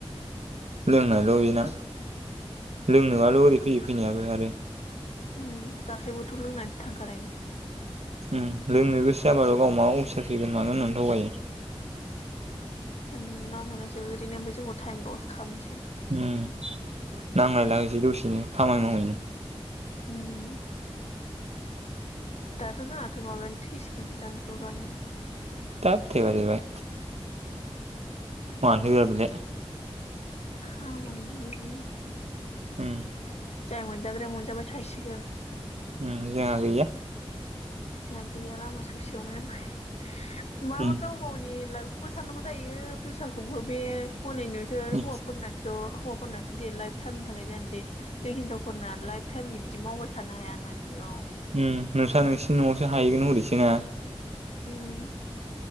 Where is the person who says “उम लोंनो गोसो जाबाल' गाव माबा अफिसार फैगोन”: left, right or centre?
Right